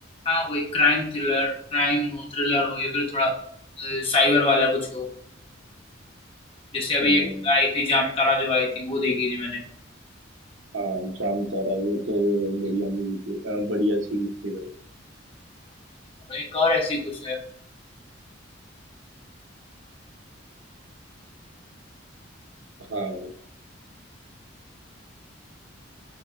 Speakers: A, on the left (about 30°); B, on the right (about 80°).
A: हाँ वही क्राइम थ्रिलर क्राइम हो थ्रिलर हो या फिर थोड़ा साइबर वाला कुछ हो जैसे अभी
B: हम्म
A: एक आई थी जामताड़ा जो आई थी वो देखी थी मैंने
B: हाँ जाम तारा वो तो बढ़िया मूवी थी अ, बढ़िया सीरीज थी भाई
A: और एक और ऐसी कुछ है
B: हाँ भाई